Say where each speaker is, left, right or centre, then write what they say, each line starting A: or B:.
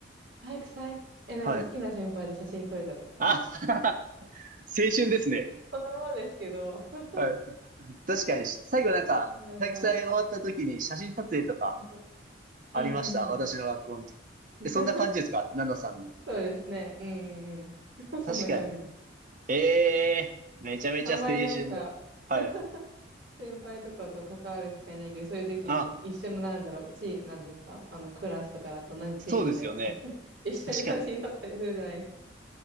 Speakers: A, on the right; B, on the right.
A: 体育祭え、なんか好きな先輩と写真撮れたとか。
B: はい。あ、<laughs> 青春ですね。
A: そんなもんですけど。<laughs>
B: はい。確かに、最後なんか、
A: うん、なんか、
B: 体育祭終わった時に写真撮影とか
A: うんうん、
B: ありました。
A: うんうんうん。
B: 私の学校の時。
A: <laughs>
B: え、そんな感じですかナナさんの。
A: そうですね。うんうんうん。<laughs> そんな感じです。
B: 確かに。ええーめちゃめちゃ青春の。
A: あんまりなんか、
B: はい。
A: <laughs> 先輩とかと関わる機会ないけど、そういう時に一緒のなんだろう、
B: あ、
A: チー、なんですかあの、クラスとかだと同じチームで
B: そうですよね。
A: <laughs> 一緒に写真撮ったりするじゃないですか。
B: 確かに。